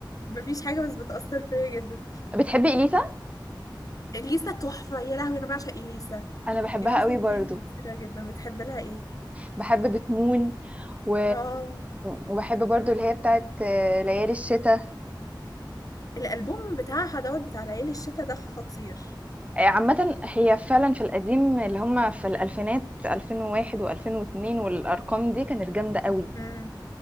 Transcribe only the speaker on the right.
بتحبي إليسا؟
أنا بحبها
قوي برضو
بحب بتمون و...
وبحب برضو اللي هي بتاعت آه، ليالي الشتاء
عامة هي فعلا في القديم اللي هم في الألفينات 2001 و2002 والأرقام دي كانت جامدة قوي